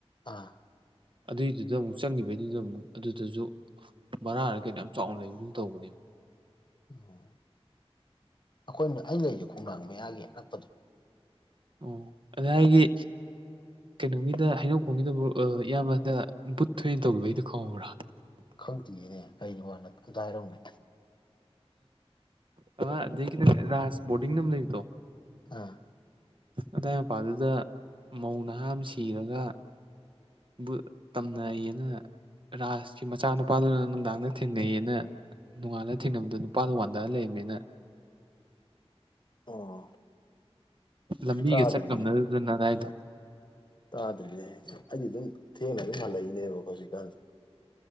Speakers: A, on the left; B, on the right.
A: ꯑꯥ
B: ꯑꯗꯨꯏꯗꯨꯗ ꯑꯃꯨꯛ ꯆꯪꯉꯤꯕꯩꯗꯨꯗ ꯑꯃꯨꯛ ꯑꯗꯨꯗꯁꯨ ꯕꯔꯥꯔ ꯀꯩꯅꯣ ꯌꯥꯝ ꯆꯥꯎꯅ ꯂꯩꯕꯁꯨ ꯇꯧꯕꯅꯦ
A: ꯑꯣ ꯑꯩꯈꯣꯏꯅ ꯑꯩ ꯂꯩꯔꯤ ꯈꯣꯡꯅꯥꯡ ꯃꯌꯥꯒꯤ ꯑꯅꯛꯄꯗꯨꯅꯤ
B: ꯑꯣ ꯑꯗꯨ ꯑꯩꯒꯤ ꯀꯩꯅꯣꯒꯤꯗ ꯍꯩꯅꯧꯈꯣꯡꯒꯤꯗꯕꯨ ꯏꯌꯥꯝꯕꯗ ꯕꯨꯠ ꯊꯣꯏꯅ ꯇꯧꯕꯤꯕꯩꯗꯨꯣ ꯈꯪꯉꯕ꯭ꯔꯥ
A: ꯈꯪꯗ꯭ꯔꯤꯅꯦ ꯀꯒꯤꯣ ꯋꯥ ꯅꯝꯇ ꯍꯥꯏꯔꯝꯅꯦ
B: ꯑ ꯑ ꯈꯤꯇꯪ ꯔꯥꯁ ꯕꯣꯔꯗꯤꯡ ꯅ ꯑꯃ ꯂꯩꯔꯤꯗꯣ
A: ꯑꯥ
B: ꯑꯗꯥꯏ ꯃꯄꯥꯗꯨꯗ ꯃꯧ ꯅꯍꯥ ꯑꯃ ꯁꯤꯔꯒ ꯕꯨ ꯇꯝꯅꯩꯌꯦꯅ ꯔꯥꯁꯀꯤ ꯃꯆꯥꯅꯨꯄꯥꯗꯨꯅ ꯅꯨꯡꯗꯥꯡꯗ ꯊꯦꯡꯅꯩꯌꯦꯅ꯫ ꯅꯣꯡꯉꯥꯜꯂꯒ ꯊꯦꯡꯅꯕꯗꯣ ꯅꯨꯄꯥꯗꯣ ꯋꯥꯟꯗ ꯂꯩꯔꯝꯃꯦꯅ꯫
A: ꯑꯣ꯫
B: ꯂꯝꯕꯤꯒ
A: ꯇꯥꯗ꯭ꯔꯤꯅꯦ
B: ꯆꯠ ꯉꯝꯅꯗꯗꯅ ꯑꯗꯨꯋꯥꯏꯗꯣ꯫
A: ꯇꯥꯗ꯭ꯔꯤꯅꯦ ꯑꯩꯗꯤ ꯑꯩꯗꯤ ꯑꯗꯨꯝ ꯊꯦꯡꯅ ꯑꯗꯨꯝ ꯍꯜꯂꯛꯏꯅꯦ ꯏꯕꯣ ꯍꯧꯖꯤꯛꯀꯥꯟꯁꯦ꯫